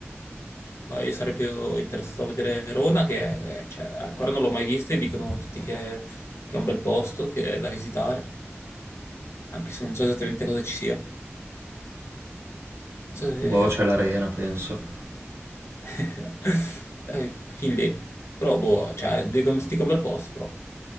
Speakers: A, on the left; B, on the right.
A: Ma io sarei più interessato a vedere Verona, che eh, cioè, ancora non l'ho mai vista e dicono tutti che, che è un bel posto, che è da visitare, anche se non so esattamente cosa ci sia. Non so se...
B: Boh, c'è l'arena, penso.
A: <laughs> Eh, fin lì. Però, boh, cioè, dicono tutti che è un bel posto, però. A